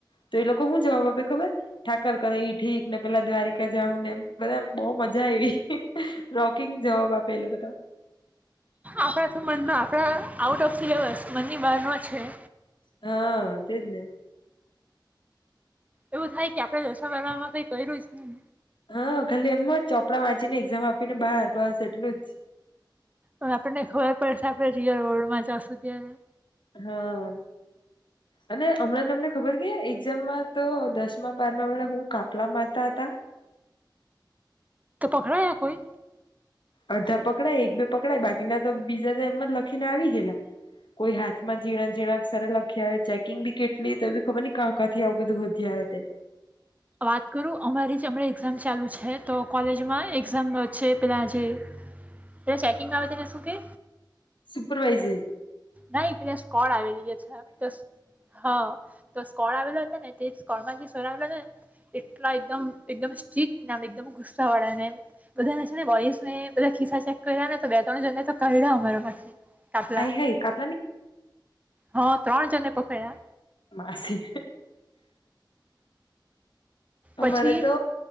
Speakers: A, on the left; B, on the right.
A: તો એ લોકો હું જવાબ આપે ખબર ઠાકર કરે એ ઠીક, ને પેલા દ્વારિકા જઉં ને, એ બધા એમ બહ મજા આવી, રોકિંગ જવાબ આપેલ એ લોકો તો
B: આપણા તો મનમાં આપણા આઉટ ઓફ સિલેબસ, મનની બારનો છે
A: હા, તેજ ને
B: એવું થાય કે આપણે દસમા-બારમા કઈ કર્યું જ નહી
A: હા, ખાલી એમ જ ચોપડા વાંચીને એક્ઝામ આપીને બહાર, બસ એટલું જ
B: હવે આપણને ખબર પડશે આપણે રિયલ રોડમાં જાશું ત્યારે
A: હા, અને હમણાં તમને ખબર કે, એક્ઝામમાં તો દસમાં, બારમા વાળા હું કાપલા મારતા હતા
B: તો, પકડાયા કોઈ
A: અડધા પકડાય એક બે પકડાય બાકીના તો બીજા તો એમ જ લખીને આવી ગેલા, કોઈ હાથમાં ઝીણા, ઝીણા અક્ષર લખી આવે ચેકિંગ બી કેટલી તો એ બી ખબર ક કા કાથી આવું બધું હોધી આવે તે
B: વાત કરું અમારી જ હમણા એક્ઝામ ચાલુ છે, તો કોલેજમાં એક્ઝામ છે, પેલા જે પેલા ચેકિંગ આવે તને શું કે
A: સુપરવાઝી
B: નાઈ કોણ આવેલી હ છે તો હા તો સ્કોળ આવેલો હતો ને તે સ્કોળમાં જે સર આવેલા હતા ને એટલા એકદમ, એકદમ સ્ટ્રીક એકદમ ગુસ્સા વાળા ને એમ બધા ને છે ને બોયઝ ને બધા ખિસ્સા ચેક કર્યા ને તો બે ત્રણ જણને તો કાઢ્યા અમારા માંથી કાપલા
A: આઈ હાય કા
B: હા, ત્રણ, જને પકડાયા
A: માસી અમારે
B: પછી
A: તો